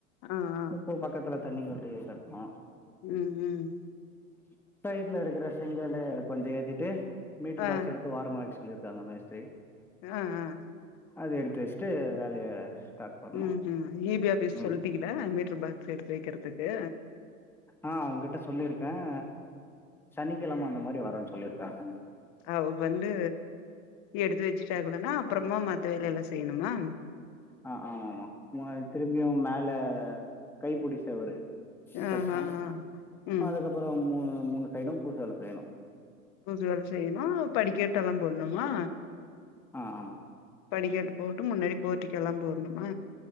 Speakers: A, on the left (about 40°); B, in the centre.
A: ஆ ஆ
B: இப்போ பக்கத்துல தண்ணி வந்து கட்னோம்
A: உம் உம்
B: இச் சைடல இருக்கிற செங்கலு கொஞ்சம் ஏத்திட்டு மீட்டர்
A: ஆ
B: பாக்ஸ் எடுக்க வார மாக்ஸ் சொல்லியிருக்காங்க மேஸ்திரி
A: ஆஹ் ஆஹ்
B: அது எடுத்து வச்சிட்டு வேலைய ஸ்டார்ட் பண்ணோ
A: உம் ஹம் ஈபி ஆபீஸ்
B: ம்
A: சொல்திகதா அ மீட்டர் பாக்ஸ் எடுத்து வைக்குறதுக்கு
B: ஆஹ அவங்கிட்ட சொல்லியிருக்கேன் சனிக்கிழமை அந்த மாதரி வரச் சொல்லிருக்காங்க
A: அவ வந்து எடுத்து வச்சுட்டங்கனா அப்றமா வேலைலா செய்ணுமா
B: ஆஹ் ஆமா ஆமா திரும்பியும் மேல கைபுடிசேவரும்
A: ஆ
B: கட்னோம்
A: ஆ ஆ ம்
B: அதுக்கப்புறம் மூணு சைடூ பூசு வேல செய்யணும்
A: பூச வேலை செய்யணும் படிக்கட்ட எல்லாம் போடணுமா
B: ஆஹ் ஆமா
A: படிகெட்டு போட்டு முன்னாடி போட்டிக்கோ லா போடணுமா